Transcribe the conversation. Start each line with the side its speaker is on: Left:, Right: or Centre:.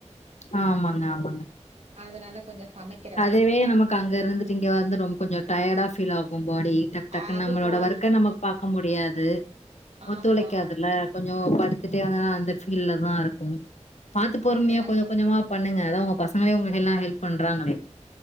Left: ஆமாங்க ஆமாங்க
Right: அதனால கொஞ்ச சமைக்
Left: அதுவே நமக்கு அங்க இருந்துட்டு இங்க வந்து ரொம்ப கொஞ்ச டயர்டா ஃபீல் ஆகு பாடி டக் டக்குனு
Right: அது
Left: நம்மளோட
Right: பாடி
Left: ஒர்க்க நம்ம பாக்க முடியாது
Right: ஆமா
Left: ஒத்துழைக்காதுல
Right: ஆமா
Left: கொஞ்சோ படுத்துட்டே வந்தனா அந்த ஃபீல்ல தா இருக்கு பாத்து பொறுமையா
Right: அதனால
Left: கொஞ்ச கொஞ்சமா பண்ணுங்க அதா உங்க பசங்களே உங்களுக்கு எல்லா ஹெல்ப் பண்றாங்களே